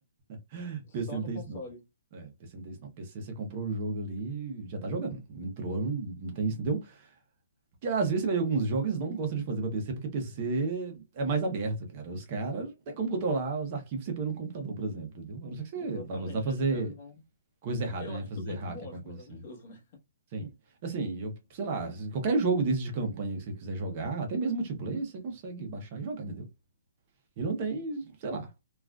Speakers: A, on the right (about 25°); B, on the left (about 30°).
A: <laughs>
B: só
A: PC não
B: no
A: tem
B: console?
A: isso, não. É, PC não tem isso, não. PC você comprou o jogo ali, já tá jogando. Entrou, não, não tem isso, não deu Porque às vezes você vê alguns jogos que eles não gostam de fazer pra PC, porque PC é mais aberto, cara. Os caras não tem como controlar os arquivos que você põe no computador, por exemplo, entendeu? A não ser que você
B: Exatamente,
A: vai usar pra
B: aí
A: fazer
B: os caras vão.
A: coisa errada,
B: Eu
A: né?
B: acho
A: Fazer
B: isso muito
A: hack,
B: bom,
A: alguma
B: acho
A: coisa
B: maravilhoso,
A: assim.
B: né?
A: Sim. Assim, eu, sei lá, se qualquer jogo desse de campanha que você quiser jogar, até mesmo multiplayer, você consegue baixar e jogar, entendeu? E não tem, sei lá.